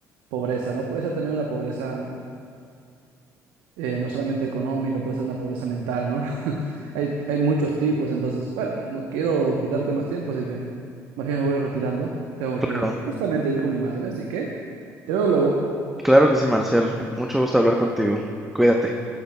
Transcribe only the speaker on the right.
pobreza, ¿no? Puede ser también una pobreza eh, no solamente económica, puede ser una pobreza mental, ¿no? <laughs> Hay, hay muchos tipos, entonces, bueno, no quiero quitarte más tiempo, así que más bien me voy retirando. Tengo
que justamente ir con mi madre, así que te veo luego.